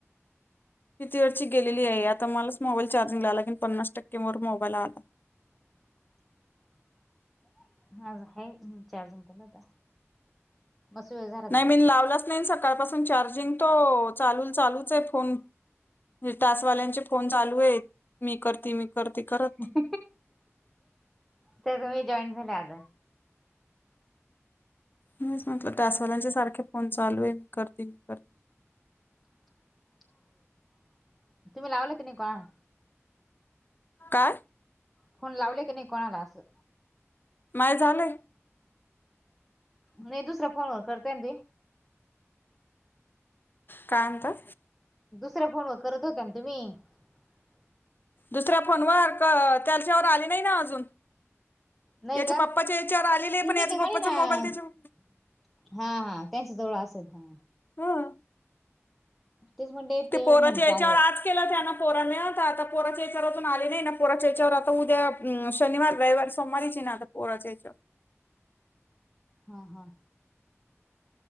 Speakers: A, on the left; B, in the centre.
A: किती वेळची गेलेली आहे आता मलाच मोबाईल चार्जिंग ला ला लागिन पन्नास टक्केवर मोबाईल आला.
B: <inaudible> माझा हाय मी चार्जिंग केला होता. मस्त वेळ झाला
A: नाही
B: तो
A: मी न लावलाच नाही सकाळपासून चार्जिंग तो चालूल चालूच आहे फोन. टास्क वाल्यांचे फोन चालू आहेत मी करते मी करते करत
B: <inaudible> तर तुम्ही जॉईन झाल्या आज
A: मीच म्हटलं टास्क वाल्यांचे सारखे फोन चालूये मी करते मी कर
B: <inaudible> तुम्ही लावलं की नाही कोणाला?
A: काय?
B: फोन लावले की नाही कोणाला? असं
A: माय झालंय
B: नाही दुसऱ्या फोनवर करतेय ना त
A: <inaudible> कायं म्हणताय?
B: दुसऱ्या फोनवर करत होत्या ना तुम्ही <unintelligible>
A: दुसऱ्या फोनवर त्याच्यावर आले नाही ना अजून
B: नाही
A: <inaudible> याच्या
B: का?
A: पप्पाच्या याच्यावर आलेले आहे
B: तुम्ही
A: पण याचा
B: ते म्हणे
A: पप्पाचा
B: ना
A: मोबाईल त्याच्यावर
B: <inaudible> हा हा त्यांच्या जवळ असेल हा
A: हम <inaudible>
B: तेच म्हणले
A: ते पोराच्या
B: म्हणे पा
A: याच्यावर आज केला त्यानं पोरा मिळता आता पोराच्याच्यावरून आले नाही ना पोराच्याच्यावर आता उद्या शनिवारी, रविवार, सोमवारी नाता पोराच्या ह्याच्या
B: हा हा